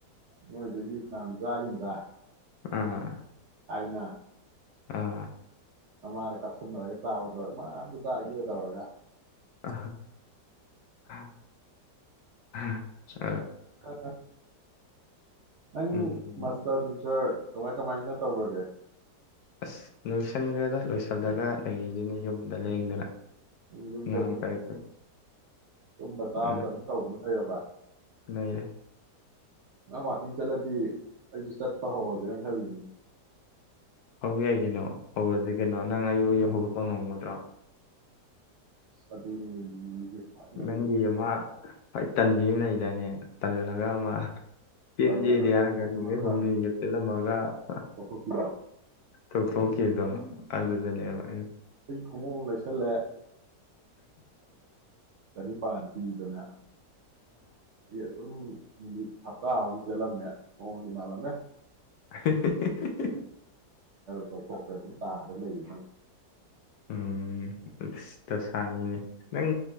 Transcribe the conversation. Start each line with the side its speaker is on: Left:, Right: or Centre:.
Right: ꯃꯣꯏꯗꯒꯤ ꯀꯅꯥꯝ ꯆꯥꯈꯤꯕꯗꯨꯗ
Left: ꯑ
Right: ꯍꯥꯏꯥꯏꯅ
Left: ꯑ
Right: ꯅꯃꯥꯗ ꯀꯞꯁꯟꯅꯔꯒ ꯆꯥꯕꯗꯣ ꯃꯥ ꯑꯝꯇ ꯆꯥꯒꯦ ꯇꯧꯔꯒ
Left: ꯑ ꯑ ꯑ ꯑ
Right: ꯑ ꯅꯪ
Left: ꯎꯝ
Right: ꯃꯁꯇꯔ ꯅꯨꯡꯁꯔ ꯀꯃꯥꯏ ꯀꯃꯥꯏꯅ ꯇꯧꯈꯒꯦ
Left: ꯑꯁ ꯂꯣꯏꯁꯤꯟꯒ꯭ꯔꯦꯗ ꯂꯣꯏꯁꯤꯜꯂꯒ ꯅꯒꯤꯁꯤꯅ ꯌꯨꯝꯗ ꯂꯦꯡꯗꯅ
Right: ꯌꯨꯝ ꯌꯨꯝꯗ
Left: ꯑꯉꯥꯡ
Right: ꯑꯗꯨꯝ
Left: ꯈꯔ
Right: ꯇꯨꯝꯕ ꯆꯥꯕꯒ
Left: ꯑꯥ
Right: ꯑꯗꯨꯝ ꯇꯧꯗꯨꯅ ꯂꯩꯔꯕ
Left: ꯂꯩꯔꯦ
Right: ꯅꯪ ꯋꯥꯋꯥꯛꯀꯤꯡ ꯆꯠꯂꯗꯤ ꯑꯩꯁꯨ ꯆꯠꯄ ꯍꯧꯔꯁꯤꯒ ꯈꯜꯂꯤꯒꯤꯅꯤ
Left: ꯑꯧ ꯌꯥꯏ ꯀꯩꯅꯣ ꯍꯧꯔꯁꯤ ꯀꯩꯅꯣ ꯅꯪ ꯑꯩꯌꯨ ꯌꯧ ꯍꯧꯒꯠꯄ ꯉꯝꯒꯗ꯭ꯔꯣ
Right: ꯑꯁ ꯑꯗꯨꯅꯤꯅꯦ ꯂꯨꯔꯤꯁꯦ ꯈ꯭ꯋꯥꯏ ꯃꯔꯨ
Left: ꯅꯪꯒꯤ ꯑꯃ ꯑꯩ ꯇꯅꯗꯅꯦ ꯇꯜꯂ ꯍꯒꯥ ꯑꯃ ꯀꯦꯟꯖꯤꯗꯤ
Right: ꯇꯧꯔꯒ
Left: ꯌꯥꯔ ꯀꯔ
Right: ꯇꯨꯝꯃꯒ
Left: ꯅꯨ ꯍꯨꯝꯝ ꯆꯂ ꯃꯥ ꯑ
Right: ꯇꯧꯊꯣꯛꯄꯤꯗꯣ
Left: ꯇꯊꯣꯛꯈꯤꯕꯗꯣ ꯑꯗꯨꯗꯅꯦꯕ ꯑꯩꯅ
Right: ꯈꯣꯡꯃꯎ ꯑꯃ ꯂꯩꯁꯜꯂꯦ <inaudible> ꯄꯥꯟꯇꯤꯗꯅ ꯑꯗꯨꯝ ꯅꯨꯃꯤꯠ ꯍꯞꯇꯥꯃꯨꯛ ꯆꯦꯜꯠꯂꯝꯃꯦ ꯃꯑꯣꯡꯗꯤ ꯃꯥꯜꯂꯝꯃꯦ
Left: <inaudible>
Right: ꯊꯣꯛꯄ ꯑꯗꯨꯝ ꯇꯥꯔ ꯂꯩꯗꯅ
Left: ꯎꯝ ꯁꯤꯇ ꯗꯁꯥꯅꯤꯅꯦ ꯅꯪ